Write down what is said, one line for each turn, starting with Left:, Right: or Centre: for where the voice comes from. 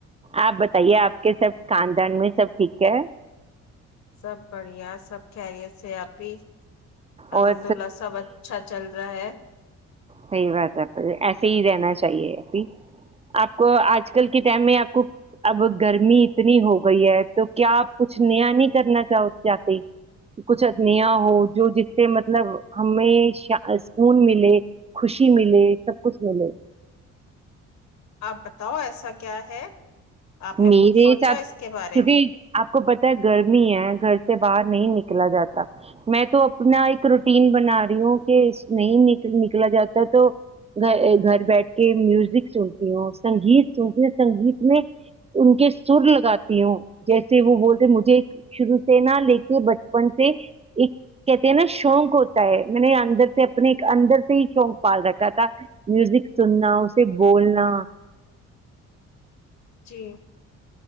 Right: آپ بتائیے آپ کے سب کاندان میں سب ٹھیک ہے
Left: سب بڑھیا سب خہریت ہے س آپ ہی الحمد
Right: اور
Left: للہ سب اچھا چل رہا ہے
Right: صحی بات ہے ایسے ہی رہنا چاہیے ابھی آپ کو آج کل کے ٹائم میں آپ کو اب گرمی اتنی ہو گئی ہے تو کیا آپ کچھ نیا نہیں کرنا چاہتے کچھ نیا ہو جو جس سے مطلب ہمیں سکون مل ملے خوشی ملے سب کچھ ملے
Left: آپ بتاؤ ایسا کیا ہے آپ نے
Right: میرے
Left: کچھ سوچا
Right: حساب
Left: اس کے بارے
Right: کیونکہ
Left: میں
Right: آپ کو پتہ ہے گرمی ہے گھر سے باہر نہیں نکلا جاتا میں تو اپنا ایک روٹین بنا رہی ہوں کہ نہیں نکلا جاتا تو گھر بیٹھ کے میوزک سنتی ہوں سنگیت سنتی ہوں سنگیت میں ان کے سر لگاتی ہوں جیسے وہ بولتے مجھے شروع سے نا لے کے بچپن سے ایک کہتے ہیں نا شوق ہوتا ہے میں نے اندر سے اپنے اندر سے ہی شوق پال رکھا تھا میوزک سننا اسے بولنا
Left: جی